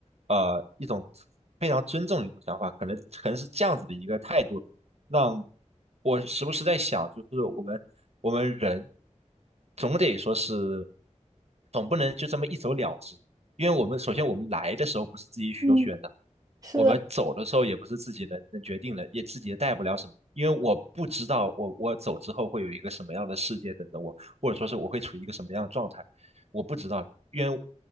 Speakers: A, on the right; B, on the right.
A: 呃一种非常尊重的一种想法，可能可能是这样子的一个态度。让我时不时在想，就是我们我们人总得说是，总不能就这么一走了之，因为我们首先我们来的时候不是自己所选的，
B: 嗯，是的，
A: 我们走的时候也不是自己能能决定的，也自己也带不了什么，因为我不知道我我走之后会有一个什么样的世界等着我，或者说是我会处于一个什么样的状态。我不知道，因为